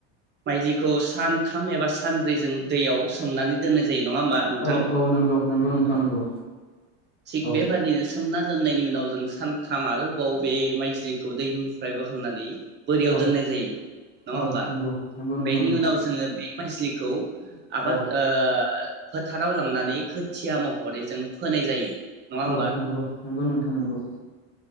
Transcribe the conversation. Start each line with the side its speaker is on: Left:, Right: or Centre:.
Right: माइज्लिखौ सान थाम एबा सानब्रै जों दैयाव सोमनानै दोननाय जायो नङा होनबा नोंथां
Left: औ औ नंगौ नंगौ नोंथां नंगौ
Right: थिग
Left: औ
Right: बेबादिनो सोमना दोननायनि उनाव जों सानथाम आरोबाव बे माइजलिखौ दैनिफ्राय बो होनानै बोरियाव
Left: औ
Right: दोननाय जायो नङा
Left: औ
Right: होमबा
Left: नंगौ नंगौ नोंथां
Right: बेनि
Left: नंगौ
Right: उनाव जोङो बे माइस्लिखौ आबाद
Left: औ
Right: ओ फोथाराव लांनानै खोथिया महरै जों फोनाय जायो नङा होमबा
Left: औ नंगौ नंगौ नोंथां नंगौ